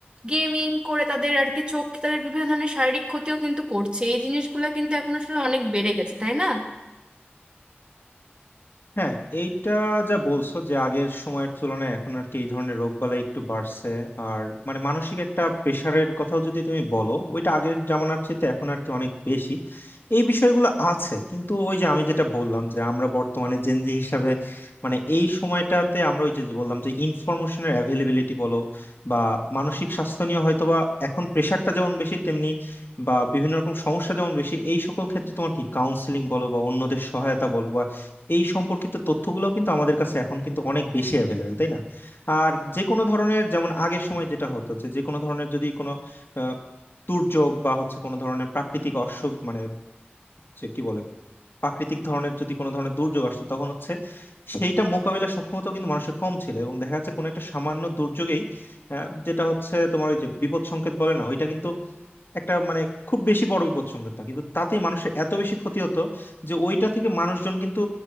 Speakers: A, on the right; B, on the left.
A: গেমিং করে তাদের আর কি চোখ তাদের বিভিন্ন ধরনের শারীরিক ক্ষতিও কিন্তু করছে এই জিনিসগুলো কিন্তু এখন আসলে অনেক বেড়ে গেছে তাই না
B: হ্যাঁ এইটা যা বলছো যে আগের সময়ের তুলনায় এখন আর কি এই ধরনের রোগবালাই একটু বাড়ছে আর মানে মানসিক একটা প্রেশারের কথাও যদি তুমি বলো ওইটা আগের জামানার চেয়ে এখন আর কি অনেক বেশি এই বিষয়গুলো আছে কিন্তু ওই যে আমি যেটা বললাম যে আমরা বর্তমানে জেনজি হিসাবে মানে এই সময়টাতে আমরা ওই যে যে বললাম যে ইনফরমেশনের অ্যাভেলেবিলিটি বলো বা মানসিক স্বাস্থ্য নিয়ে হয়তো বা এখন প্রেশারটা যেমন বেশি তেমনি বা বিভিন্ন রকম সমস্যা যেমন বেশি এই সকল ক্ষেত্রে তোমার কি কাউন্সিলিং বলো বা অন্যদের সহায়তা বলো এই সম্পর্কিত তথ্যগুলো কিন্তু আমাদের কাছে এখন কিন্তু অনেক বেশি অ্যাভেলেবেল তাই না আর যে কোনো ধরনের যেমন আগের সময় যেটা হতো যে যে কোনো ধরনের যদি কোনো আহ, দুর্যোগ বা হচ্ছে কোনো ধরনের প্রাকৃতিক অস্য মানে যে কি বলে প্রাকৃতিক ধরনের যদি কোনো ধরনের দুর্যোগ আসতো তখন হচ্ছে সেইটা মোকাবিলার সক্ষমতা কিন্তু মানুষের কম ছিল এবং দেখা যাচ্ছে কোনো একটা সামান্য দুর্যোগেই আহ, যেটা হচ্ছে তোমার ওই যে বিপদ সংকেত বলে না ওইটা কিন্তু একটা মানে খুব বেশি বড় বিপদ সংকেত না কিন্তু তাতেই মানুষের এত বেশি ক্ষতি হতো যে ওইটা থেকে মানুষজন কিন্তু